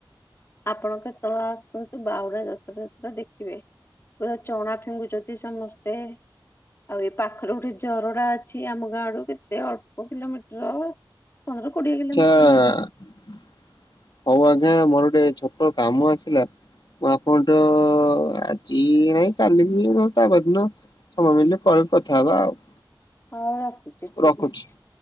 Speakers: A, on the left (about 30°); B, on the left (about 60°).
A: ଆପଣ କେତେବେଳେ ଆସନ୍ତୁ ବାହୁଡା ଯାତ୍ରା ଦେଖିବେ? ପୁରା ଚଣା ଫିଙ୍ଗୁଛନ୍ତି ସମସ୍ତେ। ଆଉ ଏ ପାଖରେ ଗୋଟେ ଝରଣା ଅଛି ଆମ ଗାଁଡୁ କେତେ ଅଳ୍ପ କିଲୋମିଟର ପନ୍ଦର କୋଡ଼ିଏ କିଲୋମି
B: <unintelligible> ହଉ ଆଜ୍ଞା ମୋର ଗୋଟେ ଛୋଟ କାମ ଆସିଲା। ମୁଁ ଆପଣ ତ ଆଜି ନାଇଁ କାଲି କି ନ ହେଲେ ତା ପର ଦିନ। ସମୟ ହେଲେ ପରେ କଥା ହେବା ଆଉ।
A: ହଉ ରଖୁଛି ଠିକ
B: ରଖୁଛି।
A: ଅଛି।